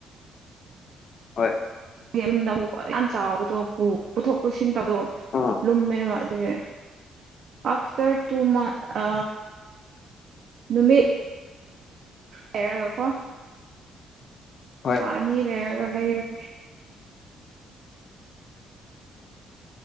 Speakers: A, on the left; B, on the right.
A: ꯍꯣꯏ
B: ꯌꯨꯝꯗ ꯌꯥꯝ ꯆꯥꯎꯕꯗꯣ ꯄꯨꯊꯣꯛ ꯄꯨꯁꯤꯟꯕꯗꯣ
A: ꯑꯥ
B: ꯂꯨꯝꯃꯕ ꯑꯗꯨꯒꯤ ꯑꯐꯇꯔ ꯇꯨ ꯃꯟꯁ ꯅꯨꯃꯤꯠ ꯍꯥꯏꯔꯀꯣ
A: ꯍꯣꯏ
B: ꯑ ꯑꯅꯤ ꯂꯩꯔꯒ ꯂꯩꯔꯦ